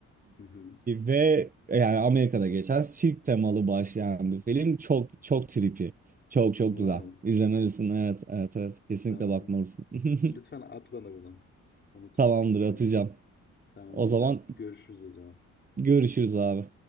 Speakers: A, on the left (about 35°); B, on the right (about 30°).
A: Hı hı.
B: Ve yani Amerika'da geçen sirk temalı başlayan bir film. Çok çok trippy. Çok çok
A: Wow.
B: güzel. İzlemelisin. Evet, evet, evet. Kesinlikle
A: Tamam.
B: bakmalısın. <laughs>
A: Lütfen at bana bunu. Unuturum
B: Tamamdır,
A: çünkü.
B: atacağım.
A: Tamam
B: O
A: anlaştık.
B: zaman
A: Görüşürüz o zaman.
B: görüşürüz abi.